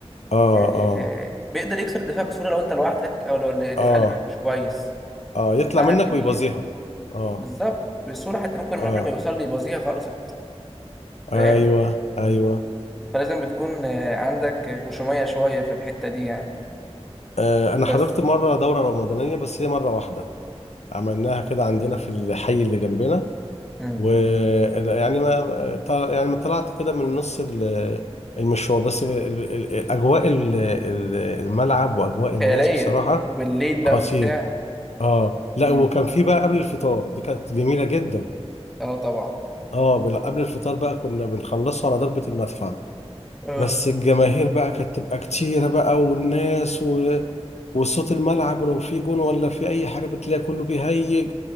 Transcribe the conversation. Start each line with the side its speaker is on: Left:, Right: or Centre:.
Left: اه
Centre: آه
Left: اه
Centre: بيقدر يكسر الدفاع بسهوله لو انت لوحدك او لو الدفاع
Left: اه
Centre: اللي معاك مش كويس
Left: اه يطلع
Centre: ملعب
Left: منك
Centre: كبير
Left: ويبازيها اه
Centre: بالظبط بسهوله حتى ممكن
Left: اه
Centre: من قبل ما يوصل لي يبوظيها خلصت
Left: ايوه
Centre: فاهم
Left: ايوه
Centre: فلازم بتكون آه، عندك غشوميه شويه في الحته دي يعني
Left: آه انا
Centre: بس
Left: حضرت مره دوره رمضانيه بس هي مره واحده عملناها كده عندنا في الحي اللي جنبنا
Centre: امم
Left: و يعني ما طل- يعني ما طلعت كده من نص ال- المشوار بس ال- ال- ال- اجواء ال- ال- الملعب واجواء الناس
Centre: خيالية
Left: بصراحه
Centre: وبالليل بقى
Left: خطير
Centre: وبتاع
Left: اه لا
Centre: مم.
Left: وكان في بقى قبل الفطار دي كانت جميله جدا
Centre: اه طبعا
Left: اه بال- قبل الفطار بقى كنا بنخلصه على ضربة المدفع
Centre: اه
Left: بس الجماهير بقى كانت تبقى كتيرة بقى والناس و... وصوت الملعب ولو في جون ولا في أي حاجة بتلاقي كله بيهيج